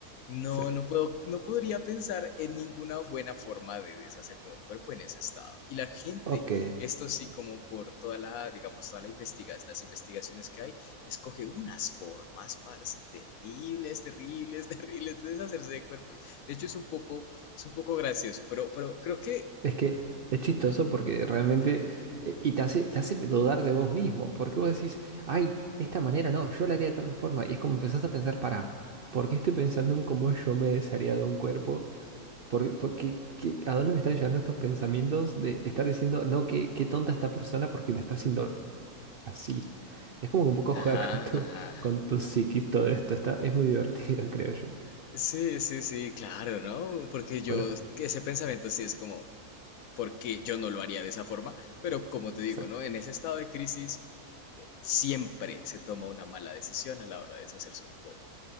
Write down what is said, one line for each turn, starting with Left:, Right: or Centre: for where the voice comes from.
Left: No,
Right: Sí.
Left: no puedo, no podría pensar en ninguna buena forma de deshacerme de un cuerpo en ese estado. Y la gente,
Right: Ok.
Left: esto sí, como por toda la, digamos, toda la investigación, las investigaciones que hay, escoge unas formas, parce, terribles, terribles, <laughs> terribles, de deshacerse de cuerpos. De hecho, es un poco, es un poco gracioso, pero, pero creo que...
Right: Es que es chistoso porque realmente... eh, Y te hace, te hace dudar de vos mismo, porque vos decís, ay, esta manera no, yo la haría de tal forma. Y es como empezás a pensar, para, ¿por qué estoy pensando en cómo yo me desharía de un cuerpo? Por, por qué- qué- ¿A dónde me están llevando estos pensamientos de estar diciendo, no, qué, qué tonta esta persona porque lo está haciendo así? Es como que un poco
Left: Ajá,
Right: juega con tu,
Left: ajá.
Right: con tu psiquis todo esto. Está, es muy divertido, <laughs> creo yo.
Left: Sí, sí, sí, claro, ¿no? Porque yo,
Right: Bueno,
Left: que ese pensamiento sí es como, porque yo no lo haría de esa forma, pero como te
Right: exacto.
Left: digo, ¿no? En ese estado de crisis siempre se toma una mala decisión a la hora de deshacerse un cuerpo.